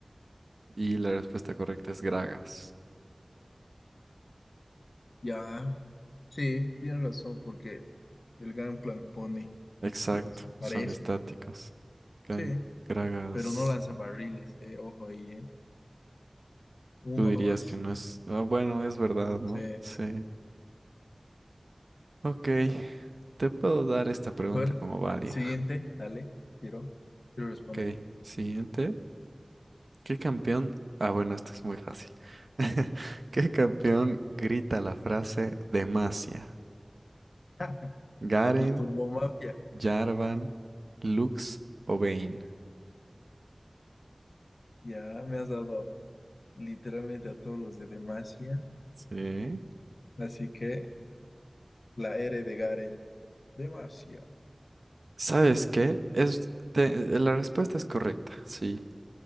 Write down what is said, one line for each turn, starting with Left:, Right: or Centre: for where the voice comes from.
Right: Y la respuesta correcta es Gragas.
Left: ya, Sí, tienes razón, porque el Gangplank pone,
Right: Exacto,
Left: digamos, aparece.
Right: son estáticos. Gan-
Left: Sí,
Right: Gragas,
Left: pero no lanza barriles, eh, ojo ahí, eh. Uno
Right: tú dirías
Left: nomás.
Right: que no es... Ah, bueno, es verdad, ¿no?
Left: Sí. A
Right: Sí. Ok, te puedo dar esta pregunta
Left: ver,
Right: como válida.
Left: siguiente, dale, quiero, quiero responder.
Right: Ok, siguiente. ¿Qué campeón? Ah, bueno, esto es muy fácil. <laughs> ¿Qué campeón grita la frase Demacia?
Left: <laughs>
Right: Garen,
Left: el Turbo Mafia.
Right: Jarvan, Lux o Vayne.
Left: Ya me has dado literalmente a todos los de Demacia,
Right: Sí.
Left: así que la R de Garen. Demacia.
Right: ¿Sabes qué? Es, te- eh, la respuesta es correcta, sí.